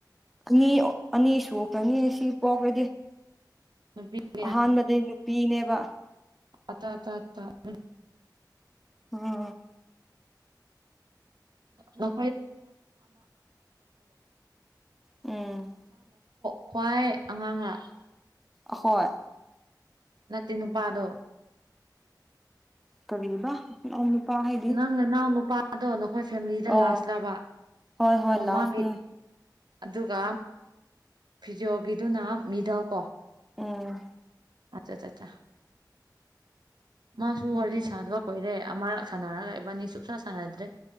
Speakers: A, in the centre; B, on the right (about 70°).
A: ꯑꯅꯤ ꯑꯅꯤ ꯁꯨꯈ꯭ꯔꯅꯤ ꯁꯤ ꯄꯣꯛꯔꯗꯤ
B: ꯅꯨꯄꯤ ꯀꯌꯥ
A: ꯑꯍꯥꯟꯕꯗꯤ ꯅꯨꯄꯤꯅꯦꯕ
B: ꯑꯆꯥ ꯆꯥ ꯆꯥ <inaudible>
A: <unintelligible>
B: <inaudible>
A: ꯎꯝ
B: ꯈ꯭ꯋꯥꯏ ꯑꯉꯥꯡꯔ
A: ꯑꯈꯣꯏ
B: ꯅꯠꯇꯦ ꯅꯨꯄꯥꯗꯣ
A: ꯀꯔꯤꯕ ꯅꯥꯎ ꯅꯨꯄꯥ ꯍꯥꯏꯗꯤ
B: ꯅꯪ ꯅꯅꯥꯎ ꯅꯨꯄꯥꯗꯣ ꯅꯈꯣꯏ ꯐꯦꯝꯂꯤꯗ
A: ꯑꯣ
B: ꯂꯥꯁꯂꯕ
A: ꯍꯣꯏ ꯍꯣꯏ
B: ꯑꯣ
A: ꯂꯥꯁꯅꯦ
B: ꯃꯥꯒꯤ ꯑꯗꯨꯒ ꯐꯤꯖꯣꯒꯤꯗꯨꯅ ꯃꯤꯗꯜ ꯀꯣ
A: ꯎꯝ
B: ꯑꯆꯥꯆꯥꯆꯥ ꯃꯥꯁꯨ
A: ꯊꯦꯡꯀ꯭ꯌꯨ
B: ꯋꯥꯔꯤ ꯁꯥꯗꯕ ꯀꯣꯏꯔꯦ ꯑꯃꯔꯛ ꯁꯥꯟꯅꯔꯒ ꯏꯕꯥꯅꯤ ꯁꯨꯡꯁꯥ ꯁꯥꯟꯅꯗ꯭ꯔꯦ꯫